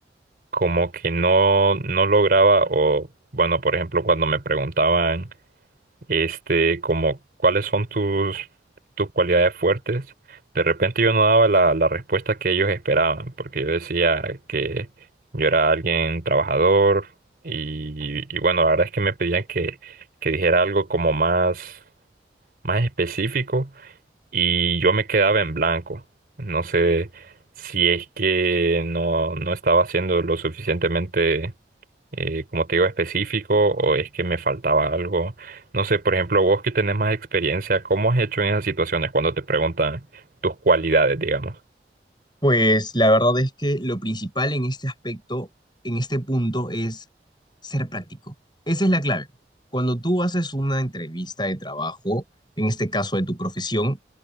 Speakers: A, on the right; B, on the left.
A: como que no, no lograba o bueno, por ejemplo, cuando me preguntaban este, como cuáles son tus, tus cualidades fuertes. De repente yo no daba la, la respuesta que ellos esperaban, porque yo decía que yo era alguien trabajador y, y bueno, la verdad es que me pedían que, que dijera algo como más, más específico y yo me quedaba en blanco. No sé si es que no, no estaba siendo lo suficientemente eh, como te digo, específico o es que me faltaba algo. No sé, por ejemplo, vos que tenés más experiencia, ¿cómo has hecho en esas situaciones cuando te preguntan tus cualidades, digamos?
B: Pues la verdad es que lo principal en este aspecto, en este punto, es ser práctico. Esa es la clave. Cuando tú haces una entrevista de trabajo, en este caso de tu profesión,